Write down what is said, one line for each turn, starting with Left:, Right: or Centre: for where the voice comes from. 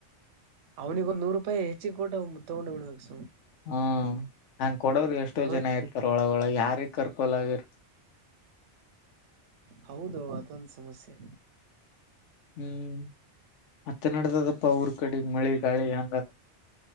Right: ಅವನಿಿಗೆ ಒಂದು ನೂ ರೂಪಾಯ ಹೆಚ್ಚಿ ಕೊಟ್ಟ ಮು ತಗೊಂಡ್ ಹಡಬೇಕಕ್
Left: ಹ್ಮ್ ಹಂಗ್ ಕೊಡೋರು ಎಷ್ಟೋ
Right: ಹೌ
Left: ಜನ ಇರ್ತಾರ ಒಳಗೊಳ ಯಾರಿಗ್ ಕರ್ಕೊಲಾಗಿರ್
Right: ಹೌದು ಅದೊಂದ ಸಮಸ್ಯೆ
Left: ಹ್ಮ್ ಮತ್ತೆ ನಡದದಪ್ಪ ಊರ್ ಕಡೆ ಮಳೆ ಗಾಳಿ ಹಂಗ